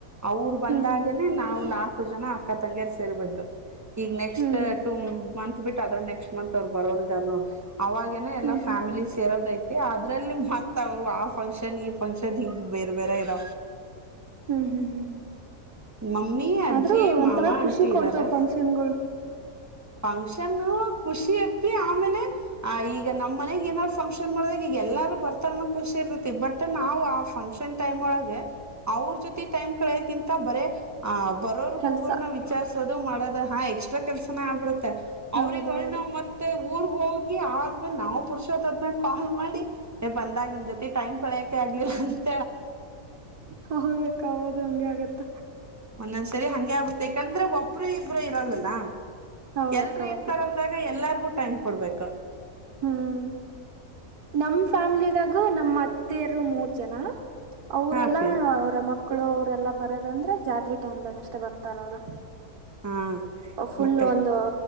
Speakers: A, on the right; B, on the right.
A: ಅವ್ರ ಬಂದಾಗನನೆ
B: ಹ್ಮ್ ಹ್ಮ್ ಹ್ಮ್
A: ನಾವ್ ನಾಲ್ಕು ಜನ ಅಕ್ಕ ತಂಗಿಯರ್ ಸೇರ್ಬೇಕು ಈಗ ನೆಕ್ಸ್ಟ್
B: ಹ್ಮ್
A: ಟೂ ಮಂತ್ ಬಿಟ್ಟ ಅದ್ರ ನೆಕ್ಸ್ಟ್ ಮಂತ್ ಅವ್ರು ಬರೋರ ಇದಾರರು ಅವಾಗೇನ ಎಲ್ಲ
B: ಹ್ಮ್ ಹ್ಮ್
A: ಫ್ಯಾಮಿಲಿ ಸೇರೋದಐತಿ ಮತ್ತ ಅದ್ರಲ್ಲಿ ಮತ್ತ ಅವ್ರು ಆ ಫಂಕ್ಷನ್ ಈ ಫಂಕ್ಷನ್ ಹಗ ಬೇರ್ ಬೇರೆ ಇರ
B: ಹ್ಮ್ ಹ್ಮ್ ಹ್ಮ್
A: ಮಮ್ಮಿ ಅಜ್ಜಿ
B: ಆದ್ರೂ ಒಂಥರಾ
A: ಮಾಮ
B: ಖುಷಿ
A: ಅಂಟಿ
B: ಕೊಡ್ತವ್
A: ಇದ್ದಾರೆ
B: ಫಂಕ್ಷನ್ ಗಳು
A: ಫಂಕ್ಷನ್ ಖುಷಿ ಅಪ್ಪಿ ಆಮೇಲೆ ಆ ಈಗ ನಮ್ ಮನೆಗ್ ಏನಾರ್ ಫಂಕ್ಷನ್ ಮಾಡದಾಗ ಈಗ ಎಲ್ಲಾರು ಬರ್ತಾರ ಖುಷಿ ಇರ್ತತಿ ಬಟ್ ನಾ ಆ ಫಂಕ್ಷನ್ ಟೈಮ್ ಒಳಗೆ ಅವ್ರ ಜೊತೆ ಟೈಮ್ ಕಡೆಗಿಂತ ಬರೆ ಆ ಬರೋರು
B: ಕೆಲ್ಸ
A: ಹೋಗೋನ್ನ ವಿಚಾರ್ಸೋದು ಮಾಡೋದು ಹಾ ಎಕ್ಸ್ಟ್ರಾ ಕೆಲ್ಸನ ಆಗ್ಬಿಡುತ್ತೆ ಅವ್ರಗ
B: ಹೌದೌದು
A: ಒಳ್ಳ ನಾವು ಮತ್ತೆ ಊರ್ ಹೋಗಿ ಆದ್ಮೇಲೆ ನಾವ್ ಪುರುಷೋತ್ ಆದ್ಮೇಲೆ ಕಾಲ್ ಮಾಡಿ ಬಂದಾಗ ನಿಮ್ ಜೊತಿ ಟೈಮ್ ಕಳೆಯಕೆ ಆ ಆ <inaudible>
B: ಹ ಹೌದಕ್ಕ ಹೌದು ಹಂಗೆ ಆಗತ್ತ
A: ಒಂದೊಂದ್ಸರಿ ಹಂಗೆ ಆಗುತ್ತೆ ಯಾಕಂದ್ರೆ ಒಬ್ಬರು ಇಬ್ಬರು ಇರಲ್ಲಲ್ಲ
B: ಹೌದಕ್ಕ
A: ಎಲ್ರೂ
B: ಹೌದು
A: ಇರ್ತಾರ ಅಂದಾಗ ಎಲ್ಲಾರ್ಗೂ ಟೈಮ್ ಕೊಡ್ಬೇಕು
B: ಹ್ಮ್ ನಮ್ ಫ್ಯಾಮಿಲಿದಾಗು ನಮ್ ಅತ್ತೆಯರು ಮೂರ್ ಜನ ಅವರೆಲ್ಲಾ
A: ಹಾ ಅಪ್ಪಿ
B: ಅವರ ಮಕ್ಕಳು ಅವರೆಲ್ಲ ಬರ್ ದಂದ್ರೆ ಜಾತ್ರಿ ಟೈಮ್ದಾಗ ಅಷ್ಟ ಬರ್ತಾರ ಅವರು
A: ಹಾ
B: ಫುಲ್
A: ಮತ್ತ
B: ಒಂದ